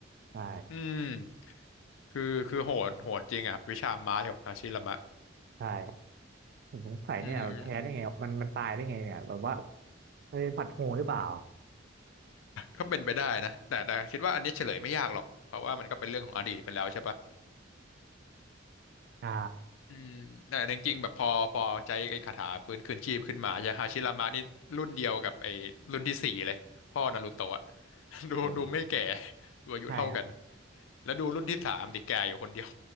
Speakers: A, on the right; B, on the left.
A: ใช่
B: อืมคือคือโหดโหดจริงอ่ะวิชาไม้ของฮาชิรามะ
A: ใช่ผมสงสัยเนี่ยแพ้ได้ไงมันมันตายได้ไงเนี่ยแบบว่า
B: อืม
A: มันเป็นผัดโหงหรือเปล่า
B: ก็เป็นไปได้นะแต่แต่คิดว่าอันนี้เฉลยไม่ยากหรอกเพราะว่ามันก็เป็นเรื่องของอดีตไปแล้วใช่ปะ
A: ใช่
B: อืมแต่จริงๆแบบพอพอใช้ไอ้คาถาฟื้นคืนชีพขึ้นมายาฮาชิรามะนี่รุ่นเดียวกับไอ้รุ่นที่สี่เลยพ่อนารูโตะอะ <laughs> ดูดูไม่แก่
A: เห็น
B: ดูอายุเท่ากัน
A: ใช่ครับ
B: แล้วดูรุ่นที่สามดิแก่อยู่คนเดียว